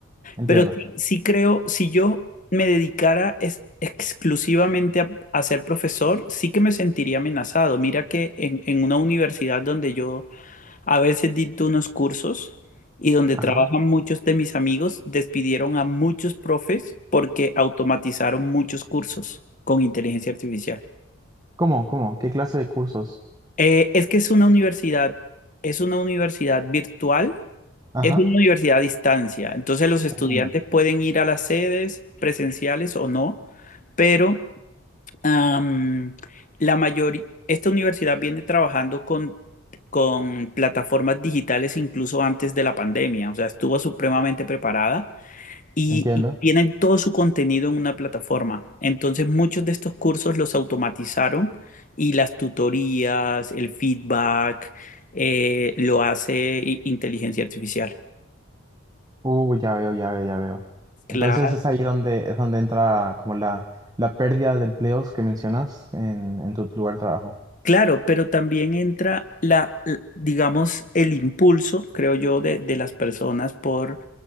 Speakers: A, on the right; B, on the left.
A: Entiendo.
B: Pero sí, sí creo, si yo me dedicara es- exclusivamente a, a ser profesor, sí que me sentiría amenazado. Mira que en, en una universidad donde yo a veces di unos cursos y donde
A: Ajá.
B: trabajan muchos de mis amigos, despidieron a muchos profes porque automatizaron muchos cursos con inteligencia artificial.
A: ¿Cómo? ¿Cómo? ¿Qué clase de cursos?
B: Eh, es que es una universidad, es una universidad virtual,
A: Ajá,
B: es una universidad a distancia. Entonces los estudiantes
A: entiendo.
B: pueden ir a las sedes presenciales o no, pero Am, la mayoría, esta universidad viene trabajando con, con plataformas digitales incluso antes de la pandemia, o sea, estuvo supremamente preparada y,
A: Entiendo.
B: y tienen todo su contenido en una plataforma. Entonces, muchos de estos cursos los automatizaron y las tutorías, el feedback, eh, lo hace i- inteligencia artificial.
A: Uh, ya veo, ya veo, ya veo.
B: Claro,
A: Entonces es ahí donde es donde entra como la, la pérdida de empleos que mencionas en, en tu lugar de trabajo.
B: claro, pero también entra la, l- digamos, el impulso, creo yo, de, de las personas por